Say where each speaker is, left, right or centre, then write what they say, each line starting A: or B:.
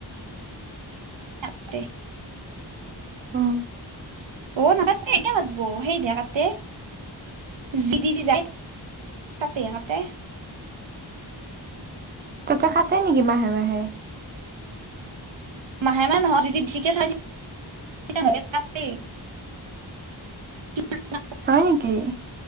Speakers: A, on the right; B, on the right.
A: আতে।
B: উম।
A: অ নাজ সেইতিয়া কাটব সেইহে কাটে যি দি যি যায়, তাতেহে কাটে।
B: ততে কাটে নেকি মাহে-মাহে?
A: মাহে-মাহে নহয়। যদি বেছিকে <unintelligible> তেতিয়া হলি কাটেই। <unintelligible>
B: হয় নেকি?